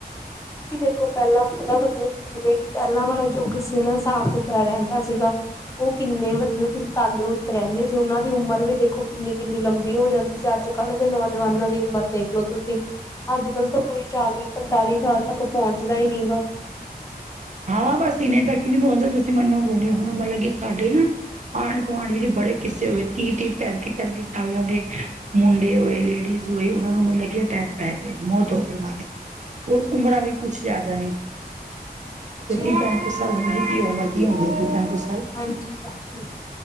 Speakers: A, on the left; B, on the right.
A: ਕਿ ਦੇਖੋ ਪਹਿਲਾਂ ਪਾਂ ਮਤਲਬ। ਜਿਵੇਂ ਕਿ ਪਹਿਲਾਂ ਵਾਲਾ ਜੋ ਕਿਸੇ ਨਾ ਸਾਫ਼ ਸੁਥਰਾ ਰਹਿੰਦਾ ਸੀਗਾ। ਉਹ ਕਿੰਨੇ ਮਤਲਬ ਕਿ ਤੰਦਰੁਸਤ ਰਹਿੰਦੇ ਸੀ ਉਹਨਾਂ ਦੀ ਉਮਰ ਵੀ ਦੇਖੋ ਕਿੰਨੀ ਕਿੰਨੀ ਲੰਬੀ ਹੋ ਜਾਂਦੀ ਸੀ ਅੱਜ। ਅੱਜ ਕੱਲ੍ਹ ਦੇ ਨੌਜਵਾਨਾਂ ਦੀ ਉਮਰ ਦੇਖਲੋ ਤੁਸੀਂ ਅੱਜ ਕੱਲ ਤਾਂ ਕੋਈ ਚਾਲੀ ਪੰਤਾਲੀ ਸਾਲ। ਤੱਕ ਪਹੁੰਚਦਾ ਹੀ ਨਹੀਂ ਗਾ।
B: ਹਾਂ ਬਸ ਇਨੇ ਤੱਕ ਹੀ ਨਹੀਂਪਹੁੰਚਦਾ ਤੁਸੀਂ ਮੰਨੋਗੇ ਨ ਹੋ ਹੁਣ ਮੰਤਲ ਲ ਸਾਡੇ ਨਾ। ਆਂਢ ਗੁਆਂਢ ਵਿੱਚ ਬੜੇ ਕਿੱਸੇ ਹੋਏ ਤੀਹ-ਤੀਹ ਪੈਂਤੀ-ਪੈਂਤੀ ਸਾਲਾਂ ਦੇ ਮੁੰਡੇ ਹੋਏ ਲੇਡੀਜ਼ ਈ ਉਹਨਾਂ ਨੂੰ ਮਤਲਬ ਕਿ ਅਟੈਕ ਪੈ ਗਿਆ ਮੌਤ ਹੋ ਗਈ ਉਹ
A: ਹਾਂਜੀ
B: ਦੀ ਉਮਰਾਂ ਵੀ ਕੁੱਛ ਜ਼ਿਆਦਾ ਨੀ ਤੇ ਤੀ
A: ਹਾਂਜੀ
B: ਪੈਂਤੀ ਸਾਲ ਹੁੰਦੀ ਤੀ ਉਮਰ ਕੀ ਹੁੰਦੀ ਹੈ ਤੀ ਪੈਂਤੀ ਸਾਲ
A: ਹਾਂਜੀ-ਹਾਂਜੀ